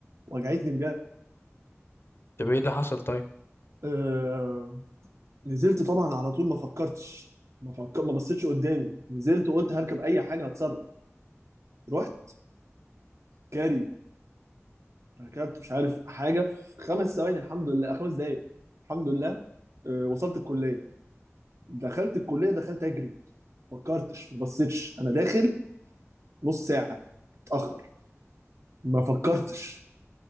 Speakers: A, on the right; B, on the left.
A: وجعتني بجد
B: طب ايه اللي حصل طيب
A: آه... نزلت طبعا على طول ما فكرتش ما فكر... ما بصيتش قدامي نزلت وقلت هركب اي حاجة هتصرف رحت جري ركبت مش عارف حاجة في خمس ثواني الحمد لله خمس دقايق الحمد لله آه... وصلت الكلية دخلت الكلية دخلت اجري فكرتش ما بصيتش انا داخل نص ساعه اتاخر ما فكرتش